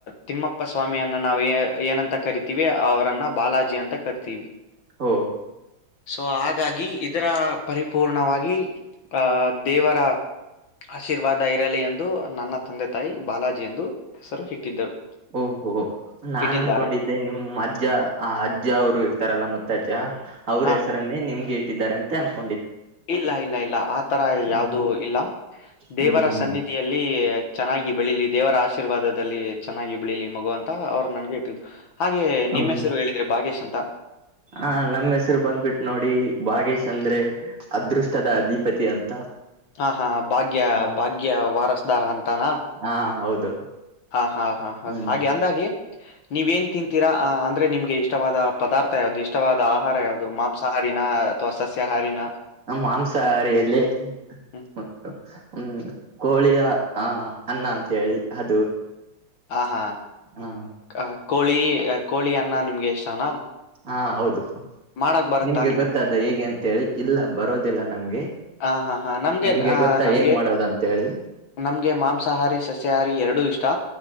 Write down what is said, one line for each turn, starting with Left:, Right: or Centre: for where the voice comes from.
Left: ತಿಮ್ಮಪ್ಪ ಸ್ವಾಮಿಯನ್ನ ನಾವು ಏ ಏನಂತ ಕರಿತೀವಿ ಅವರನ್ನ ಬಾಲಾಜಿ ಅಂತ ಕರಿತೀವಿ
Right: ಹೋ
Left: ಸೊ ಹಾಗಾಗಿ ಇದರ ಪರಿಪೂರ್ಣವಾಗಿ ಆ ದೇವರ ಆಶೀರ್ವಾದ ಇರಲಿ ಅಂತ ಎಂದು ನನ್ನ ತಂದೆ ತಾಯಿ ಬಾಲಾಜಿ ಎಂದು ಹೆಸರು ಇಟ್ಟಿದ್ದರು
Right: ಓಹೋ ನಾನ್
Left: ಇಟ್ಟಿದ್ದಾರೆ
Right: ಅನ್ಕೊಂಡಿದ್ದೆ ನಿಮ್ ಅಜ್ಜ ಆ ಅಜ್ಜ ಅವರು ಇರ್ತಾರಲ್ಲ ಮುತ್ತಜ್ಜ ಅವ್ರ
Left: ಹ
Right: ಹೆಸರನ್ನೇ
Left: ಹ
Right: ನಿಮ್ಗೆ ಇ ಟ್ಟಿದಾರೆ ಅಂತ ಅಂದ್ಕೊ
Left: ಇಲ್ಲ ಇಲ್ಲ ಇಲ್ಲ ಆತರ ಯಾವುದು
Right: ಹ್ಮ್
Left: ಇಲ್ಲ ದೇವರ
Right: ಹ್ಮ್ ಹ್ಮ್
Left: ಸನ್ನಿಧಿಯಲ್ಲಿ ಚೆನ್ನಾಗಿ ಬೆಳೀಲಿ ದೇವರ ಆಶೀರ್ವಾದದಲ್ಲಿ ಚೆನ್ನಾಗಿ ಬೆಳೀಲಿ ಮಗುವ ತ ಅವ್ರು ನನ್ಗೆ ಇಟ್ಟಿದ್ರೂ ಹಾಗೆ
Right: ಓ
Left: ನಿಮ್ಮ ಹೆಸರು ಹೇಳ್ರಿ ಭಾಗೇಶ್ ಅಂತ
Right: ಆ ನಮ್ಮ ಹೆಸರು ಬಂದ್ಬಿಟ್ಟು ನೋಡಿ ಭಾಗೇಶ್ ಅಂದ್ರೆ ಅದೃಷ್ಟದ ಅಧಿಪತಿ ಅಂತ
Left: ಆ ಹಾ ಭಾಗ್ಯ
Right: ಹ
Left: ಭಾಗ್ಯ ವಾರಸ್ ಧಾರ ಅಂತ್ ತಾನ
Right: ಹಾ ಹೌದು
Left: ಹ ಹಾ ಹಾ ಹ
Right: ಹ್ಮ್
Left: ಹಾಗೆ ಅಂದಾಗೆ ನೀವ ಏನ್ ತಿಂತೀರಾ ಅಂದ್ರೆ ನಿಮ್ಗೆ ಇಷ್ಟವಾದ ಪದಾರ್ಥ ಯ್ದದು ಇಷ್ಟವಾದ ಆಹಾರ ಯಾವುದು ಮಾಂಸಾಹಾರಿನ ತವಾ ಸಸ್ಯಹಾರಿನ
Right: ನಮ್ಮ ಮಾಂಸಾಹಾರಿಯಲ್ಲಿ
Left: ಹ್ಮ್.
Right: ಮತ್ತು ಹ್ಮ್ ಕೋಳಿಯ ಆ ಅನ್ನ ಅಂತೇಳಿ ಅದು
Left: ಹ ಹಾ
Right: ಹ
Left: ಆ ಕೋಳಿ ಕೋಳಿ ಅನ್ನ ನಿಮ್ಗೆ ಇಷ್ಟನಾ
Right: ಹಾ ಹೌದು
Left: ಮಾಡಕ್ ಬರುತ್ತಾ
Right: ನಿಮ್ಗೆ ಗೊತ್ತಾದ ಹೇಗೆ ಅಂತೇಳಿ ಇಲ್ಲ ಬರೋದಿಲ್ಲ ನಮ್ಗೆ
Left: ಹ ಹಾ ಹಾ ನಮ್ಗೆ
Right: ನಿಮ್ಗೆ
Left: ಅ
Right: ಗೊತ್ತಾ
Left: ನಮ್ಗೆ
Right: ಹೇಗ್ ಮಾಡೋದು ಅಂತೇಳಿ
Left: ನಮ್ಗೆ ಮಾಂಸಾಹಾರಿ ಸಸ್ಯಾಹಾರಿ ಎರಡೂ ಇಷ್ಟ